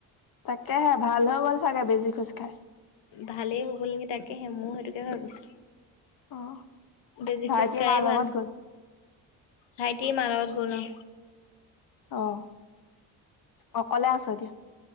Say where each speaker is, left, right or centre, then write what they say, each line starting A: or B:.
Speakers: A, on the left; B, on the left.
A: তাকেহে! ভাল হৈ গ'ল চাগে বেজিৰ খুঁচ খাই!
B: ভালেই হৈ গ'ল নেকি? তাকেহে, মই সেইটোকে ভাবিছোঁ।
A: অ
B: বেজিৰ
A: ভাইটিৰ
B: খুঁচ খাই
A: মাৰ লগত
B: ভাল
A: গ'ল
B: ভাইটি মাৰ লগত গ'লে।
A: অঁ! অকলে আছ এতিয়া?